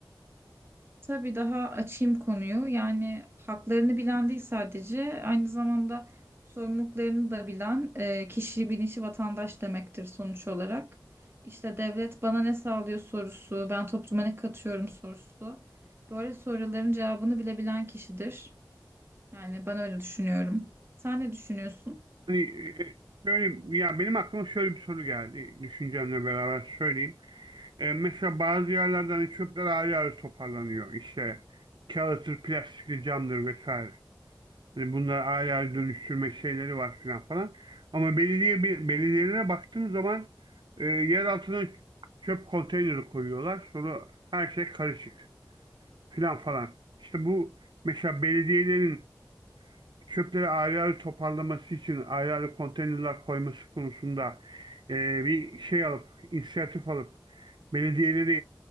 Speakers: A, on the right; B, on the right.
A: Tabii daha açayım konuyu. Yani haklarını bilen değil sadece aynı zamanda sorumluluklarını da bilen e, kişi bilinçli vatandaş demektir sonuç olarak. İşte devlet bana ne sağlıyor sorusu, ben topluma ne katıyorum sorusu. Böyle soruların cevabını bilebilen kişidir. Yani ben öyle düşünüyorum. Sen ne düşünüyorsun?
B: Hani e, şöyle, ya benim aklıma şöyle bir soru geldi düşüncemle beraber söyleyeyim. E, mesela bazı yerlerden hani çöpler ayrı ayrı toparlanıyor. İşte kağıttır, plastikli camdır vesaire. Hani bunları ayrı ayrı dönüştürme şeyleri var filan falan. Ama belediye belediyelere baktığım zaman e, yer altına çöp konteyneri koyuyorlar. Sonra her şey karışık. filan falan. İşte bu mesela belediyelerin çöpleri ayrı ayrı toparlaması için ayrı ayrı konteynerler koyması konusunda e, bir şey alıp, inisiyatif alıp belediyeleri